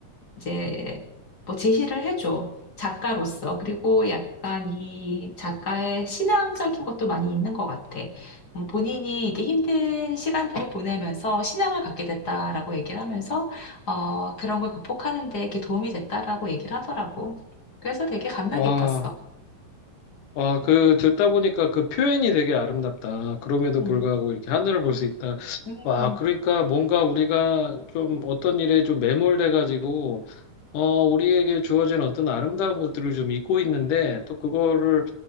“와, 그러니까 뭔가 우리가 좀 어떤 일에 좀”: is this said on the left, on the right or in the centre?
Left